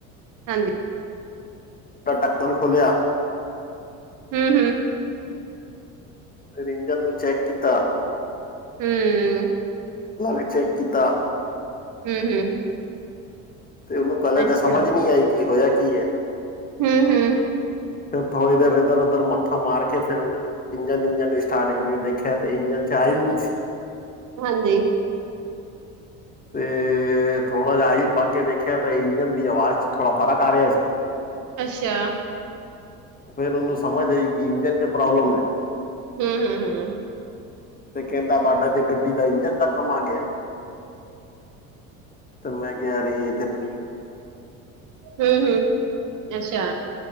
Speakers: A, on the right; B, on the left.
A: ਹਾਂਜੀ
B: ਦਾ ਟਕਨ ਖੋਲਿਆ।
A: ਹੂੰ-ਹੂੰ।
B: ਫੇਰ ਇੰਜਨ ਨੂੰ ਚੈੱਕ ਕੀਤਾ।
A: ਹੂੰ,
B: ਪਲੱਗ ਚੈੱਕ ਕੀਤਾ
A: ਹੂੰ-ਹੂੰ।
B: ਤੇ ਉਨੂੰ ਪੈਲੇ
A: ਅੱਛਾ
B: ਤਾਂ ਸਮਝ ਨੀ ਆਈ, ਕਿ ਹੋਇਆ ਕੀ ਹੈ।
A: ਹੂੰ-ਹੂੰ।
B: ਫਿਰ ਥੋੜੀ ਦੇਰ ਏਧਰ ਓ ਧਰ ਮੱਥਾ ਮਾਰ ਕੇ ਫੇਰ ਇੰਜਨ-ਇੰਜਨ ਸਟਾਰਟ ਕਰਕੇ ਦੇਖਿਆ ਤੇ ਇੰਜਨ ਚ ਆਇਲ ਨੀ ਸੀ।
A: ਹਾਂਜੀ।
B: ਤੇ ਥੋੜ੍ਹਾ ਜਾ ਆਇਲ ਪਾ ਕੇ ਦੇਖਿਆ ਤੇ ਇੰਜਨ ਦੀ ਆਵਾਜ਼ ਚ ਥੋੜਾ ਫਰਕ ਆ ਰਿਆ ਸੀ।
A: ਅੱਛਾ।
B: ਫੇਰ ਉਨੂੰ ਸਮਝ ਆਈ ਕਿ ਇੰਜਨ ਚ ਪ੍ਰੋਬਲਮ ਐ।
A: ਹੂੰ-ਹੂੰ, ਹੂੰ।
B: ਤੇ ਕੇੰਦਾ ਤੁਹਾਡਾ ਤੇ ਗੱਡੀ ਇੰਜਣ ਦਾ ਕਮ ਆ ਗਿਆ, ਤੇ ਮੈਂ ਕਿਆ ਰੇ
A: ਹੂੰ-ਹੂੰ ਅੱਛਾ।